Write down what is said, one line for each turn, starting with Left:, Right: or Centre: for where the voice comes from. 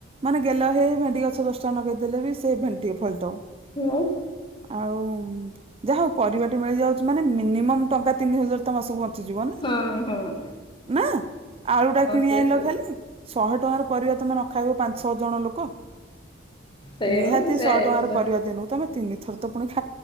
Right: ମାନେ ଗେଲ ହେଇ ହେଇ ଭେଣ୍ଡି ଗଛ ଦଶଟା ନଗେଇ ଦେଲେ ବି ସେ ଭେଣ୍ଡି ଫଳିଥିବ।
Left: ହଁ
Right: ଆଉ ଯାହା ହଉ, ପରିବା ଟେ ମିଳିଯା ମାନେ ମିନି ମମ୍ ଟଙ୍କା ତିନି ହଜାର ତ ମାସକୁ ବଞ୍ଚିଯିବ। ନା ନା
Left: ହଁ ହଁ ହଁ
Right: ଆଳୁ ଟା କିଣି
Left: ସେ
Right: ଆଣିଲ
Left: ସବୁ
Right: ଖାଲି? ଶହେ ଟଙ୍କାର ପରିବା ତୁମେ ନଖାଇବ ପାଞ୍ଚଛଅ ଜଣ ଲୋକ?
Left: ସେଇ
Right: ନିହାତି
Left: ବା ସେ
Right: ସହେ ଟଙ୍କାର ପରିବା ଦିନକୁ ତମେ ତିନି ଥର ତ ପୁଣି ଖା